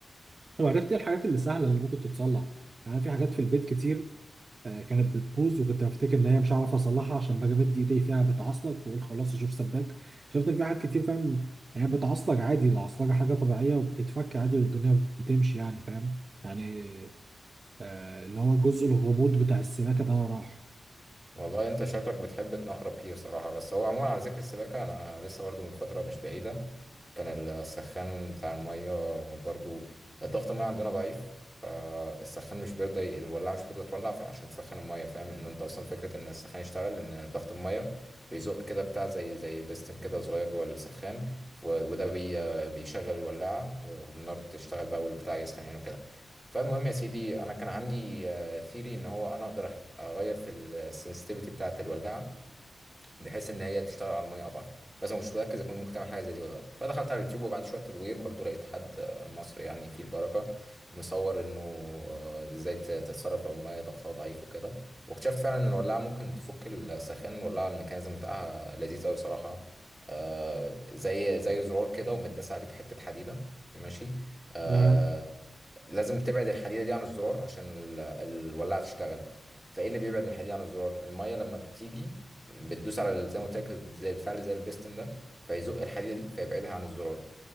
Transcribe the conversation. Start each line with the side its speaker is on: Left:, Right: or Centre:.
Right: وعرفت ايه الحاجات اللي سهله اللي ممكن تتصلح يعني في حاجات في البيت كتير آه، كانت بتبوظ وكنت بفتكر ان هي مش هعرف اصلحها عشان باجي امد ايدي فيها بتعصلك فاقول خلاص اشوف سباك شفت إن في حاجات كتير فاهم هي بتعصلك عادي العصلجه حاجه طبيعيه وبتتفك عادي والدنيا بتمشي يعني فاهم يعني آه، اللي هو جزء الغموض بتاع السماكه ده راح
Centre: والله انت شكلك بتحب تنخرب كتير صراحة بس هو عموما على ذكر السباكة انا لسه برضو من فترة مش بعيدة كان السخان بتاع المية برضو ضغط المية عندنا ضعيف فالسخان مش بيرضى ي- الولاعة مش بترضى تولع ف- عشان تسخن المية فاهم لأن أنت أصلا فكرة إن السخان يشتغل إن ضغط المية بيزق كده بتاع زي زي بيستن كده صغير جوه السخان ف- وده بي بيشغل الولاعة و- والنار تشتغل بقى والبتاع يسخن يعني وكده فالمهم يا سيدي أنا كان عندي ثيري إن هو أنا أقدر أغير في السنسيتيفيتي بتاعة الولاعة بحيث ان هي تشتغل على الميه اضعف بس ما كنتش متاكد اذا كنت ممكن تعمل حاجه زي دي ولا لا فدخلت على اليوتيوب وبعد شويه تدوير برضو لقيت حد آه، مصري يعني في البركه مصور انه آه، ازاي ت- تتصرف لو الميه ضغطها ضعيف وكده واكتشفت فعلا ان الولاعه ممكن تفك السخان والولاعه الميكانيزم بتاعها لذيذ قوي صراحه آه، زي زي زرار كده ومتداس عليه بحته حديده ماشي آه،
Right: تمام
Centre: لازم تبعد الحديدة دي عن الزرار عشان ال- الولاعة تشتغل فايه اللي بيبعد الحديدة عن الزرار المية لما بتيجي بتدوس على ال- زي ما قلت لك زي البتاع اللي زي البيستن ده فيزق الحديدة دي فيبعدها عن الزرار